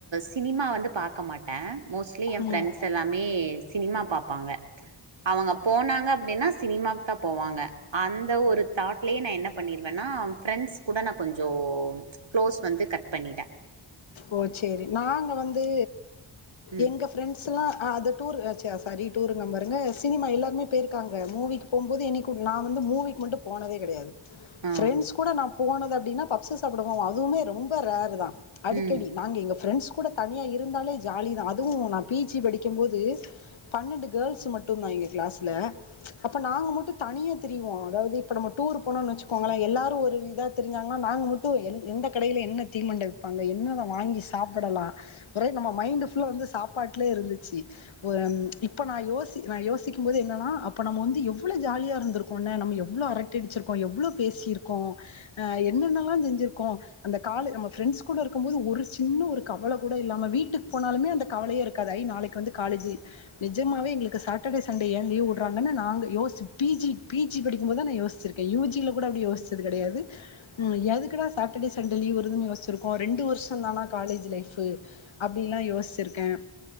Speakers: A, on the right (about 65°); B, on the left (about 70°).
A: சினிமா வந்து பார்க்க மாட்ட மோஸ்ட்லி என்
B: ம்
A: ஃப்ரெண்ட்ஸ் எல்லாமே சினிமா பார்ப்பாங்க அவங்க போனாங்க அப்படின்னா சினிமாக்கு தான் போவாங்க அந்த ஒரு தாட்லயே நா என்ன பண்ணிடுவேன்னா ஃப்ரெண்ட்ஸ் கூட நான் கொஞ்சம் க்ளோஸ் வந்து கட் பண்ணிட்ட
B: ஓ சரி நாங்க வந்து
A: ம்
B: எங்க ஃப்ரெண்ட்ஸ் ல்லா டூர் சாரி டூரு நம் பாருங்க சினிமா எல்லாருமே போயிருக்காங்க மூவிக்கு போம்போது என்னைக்கு நான் வந்து மூவிக்கு மட்டும் போனதே கடையாது
A: ஆ
B: ஃப்ரெண்ட்ஸ் கூட நான் போனது அப்படின்னா பப்ஸ சாப்டுவோம் அதுவுமே ரொம்ப ரேர் தான் அடிக்கடி
A: ம்
B: நாங்க எங்க ஃப்ரெண்ட்ஸ் கூட தனியா இருந்தாலே ஜாலி தான் அதுவும் நான் பிஜி படிக்கும் போது பன்னெண்டு கேர்ள்ஸ் மட்டு தா கிளாஸ்ல அப்ப நாங்க மட்டும் தனியா தெரியவோம் அதாவது இப்ப நம்ம டூர் போனு வச்சுக்கோங்கள எல்லாரும் ஒரு இதா திரிஞ்சாங்கன்னா நாங்க மட்டும் எந்த கடில என்ன தீமண்ட ங்க என்னத வாங்கி சாப்பிடலாம் ஒரே நம்ம மை் வந்து சாப்பாட்டுல இருந்துச்சு ஒரு இப்ப நான் யோசி நா யோசிக்கும் போது என்னனா அப்ப நம்ம வந்து எவ்ளோ ஜாலியா இருந்துரோக்கொல நம்ம எவ்ளோ அரட்ட டிச்சிருக்கோம் எவ்வளோ பேசியிருக்கோ என்னென்னல்லா செஞ்சிருக்கோ அந்த கால நம்ம ஃப்ரெண்ட்ஸ் கூட இருக்கும் போது ஒரு சின்ன ஒரு கவலை கூட இல்லாமல் வீட்டுக்கு போனாலுமே அந்த கவலையே இருக்காது ஐ நாளைக்கு வந்து காலேஜ் நிஜமாவே எங்களுக்கு சாட்டர்டே சண்டே ஏ லீவ் விடுறாங்க நாங்க யோசி பிஜி பிஜி படிக்கும்போது தா நா யோசி ச்சுரூக்க யூஜி ல கூட அப்டி யோசிச்சது கிடையது எதுக்கு டா சாட்டர்டே சண்டே லீவ் வருது யோசி இருக்கும் ரெண்டு வருஷம் தானா காலேஜ் லைஃபு அப்படிலாம் யோசிச்சிருக்கேன்